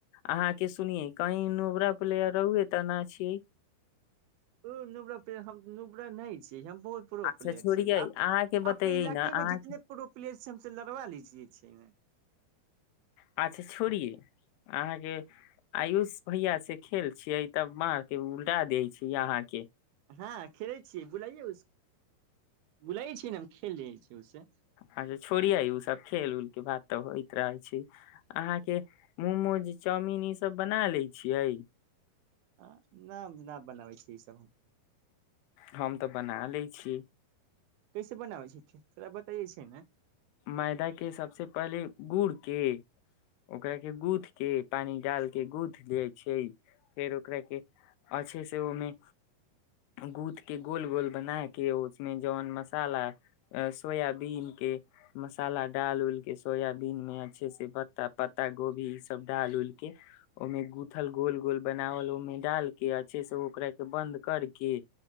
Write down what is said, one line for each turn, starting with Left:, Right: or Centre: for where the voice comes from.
Left: अहाँ के सुने कही नबरा प्लेयर रहुए तऽ न छियै
Right: ओ नब हम नुबरा नहि छी हम बहुत प्रो
Left: अच्छा
Right: प्लयर
Left: छोड़ियै
Right: छै
Left: अहाँके
Right: आपके
Left: बतैयै
Right: इलाके
Left: न अहाँके
Right: में जितने प्रो प्लेयर छै हमस लड़वा लीजिये छै
Left: अच्छा छोड़िये अहाँके आयुष भैया से खेल छियै तब बके उलटा दै छै अहाँके
Right: हँ खेले छीै बुलाे बुलाे छीै ने खेलै छी उसे
Left: अच्छा छोड़िये उ सब खेल उल के बात तऽ होइत रह छै अहाँके मोमोज चाउमिन ईसभ बना ले छियै
Right: ह न न बनाबै छीिय ईसभ हम
Left: हम तऽ बना लै छीिय
Right: कैसे बनाबै छ तथोरा बताइे छै ने
Left: मैदा के सबसँ पहिले गुड़ के ओकरा के गूँथ के पानी डाल के गूँथ लिये छै फेर ओकरा के अच्छे से ओहिमे गूँथ के गोल गोल बना के उसमे जन मसाला सोयाबीन के मसाला डालि उऊलि कऽ सोयाबीनमे अच्छेसँ पत्ता पत्ता गोभी इसभ डालि उऊलि कऽ ओहिमे गूँथल गोल गोल बनाओल ओहिमे डालि कऽ अच्छेसँ ओकराके बन्द करि कऽ